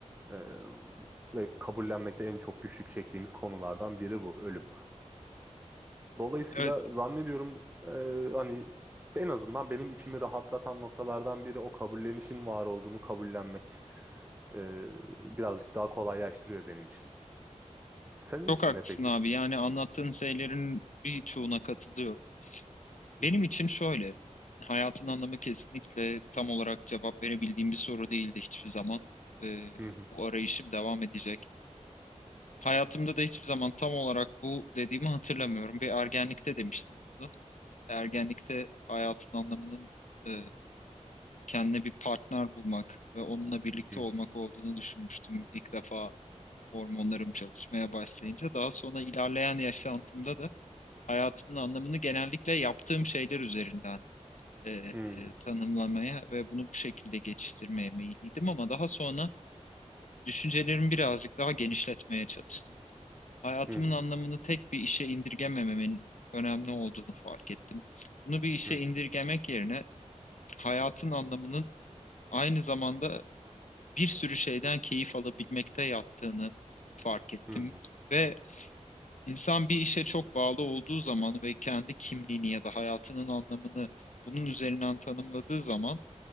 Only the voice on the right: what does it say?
e, ve kabullenmekte en çok güçlük çektiğimiz konulardan biri bu ölüm. Dolayısıyla
zannediyorum e, hani en azından benim içimi rahatlatan noktalardan biri o kabullenişin var olduğunu kabullenmek. E, birazcık daha kolaylaştırıyor benim için. Senin
için
ne peki?
Hı
hı,
hı hı,
hı
hı,
hı hı,
hı
hı,